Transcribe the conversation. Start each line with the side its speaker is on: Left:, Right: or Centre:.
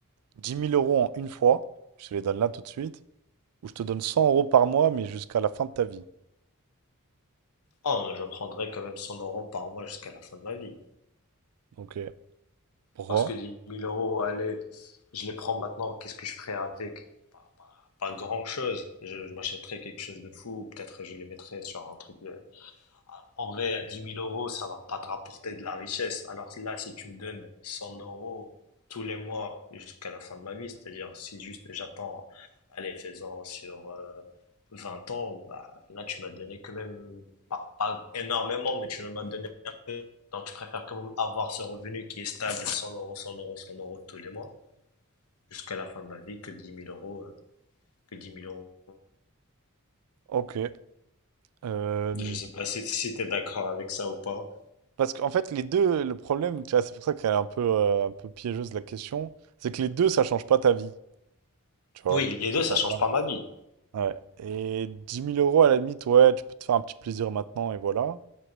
Right: dix mille euros en une fois, je te les donne là tout de suite, ou je te donne 100 euros par mois, mais jusqu'à la fin de ta vie.
Left: Oh, je prendrai quand même 100 euros par mois jusqu'à la fin de ma vie.
Right: Ok. Pourquoi?
Left: Parce que dix mille euros, allez, je les prends maintenant, qu'est-ce que je ferai avec? Pas, pas- pas grand-chose. Je, je m'achèterai quelque chose de fou, ou peut-être je les mettrai sur un truc de, En vrai, à dix mille euros, ça va pas te rapporter de la richesse. Alors que là, si tu me donnes 100 euros tous les mois jusqu'à la fin de ma vie, c'est-à-dire si juste j'attends, allez, faisant sur euh, 20 ans, bah, là, tu m'as donné quand même, pas, pas énormément, mais tu m'as donné un peu. Donc, je préfère quand même avoir ce revenu qui est stable, 100 euros, 100 euros, 100 euros tous les mois, jusqu'à la fin de ma vie, que dix mille euros, euh, que dix 000 euros.
Right: Ok. Euh,
Left: Je sais pas si, si tu es d'accord avec ça ou pas.
Right: parce qu'en fait, les deux, le problème, tu vois, c'est pour ça qu'elle est un peu, euh, un peu piégeuse la question, c'est que les deux, ça change pas ta vie, tu vois.
Left: Oui, les
Right: Ça
Left: deux, ça
Right: change
Left: change
Right: pas.
Left: pas ma vie.
Right: Ouais. Et dix mille euros, à la limite, ouais, tu peux te faire un petit plaisir maintenant, et voilà.